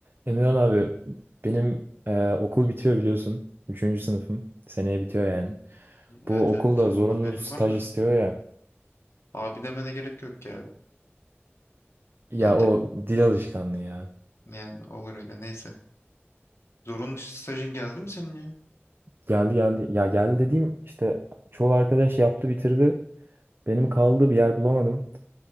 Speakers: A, on the right; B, on the left.
A: Emirhan abi benim e, okul bitiyor biliyorsun. Üçüncü sınıfım. Seneye bitiyor yani.
B: Evet
A: Bu okulda
B: evet
A: zorunlu
B: haberim
A: staj
B: var da
A: istiyor ya.
B: abi demene gerek yok ya.
A: Ya
B: Kendi
A: o dil alışkanlığı ya.
B: yani olur öyle neyse. Zorunlu stajın geldi mi senin ya?
A: Geldi geldi. Ya geldi dediğim işte çoğu arkadaş yaptı bitirdi. Benim kaldı bir yer bulamadım.